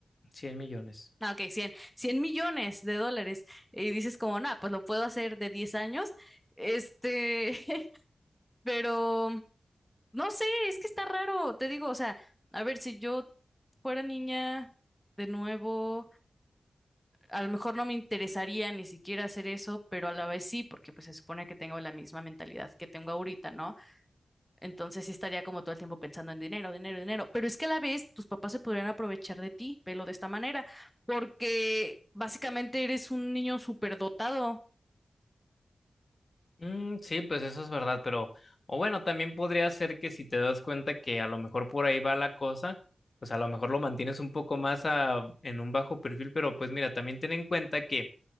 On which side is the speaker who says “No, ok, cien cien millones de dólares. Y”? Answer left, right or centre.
Centre